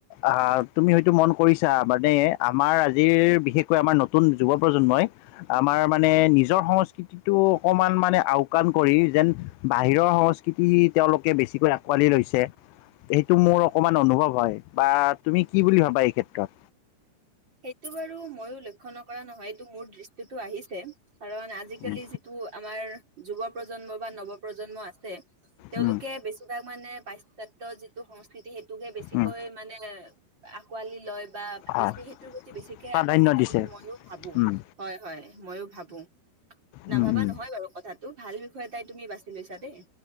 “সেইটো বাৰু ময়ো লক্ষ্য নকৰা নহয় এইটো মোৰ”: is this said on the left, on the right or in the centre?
Right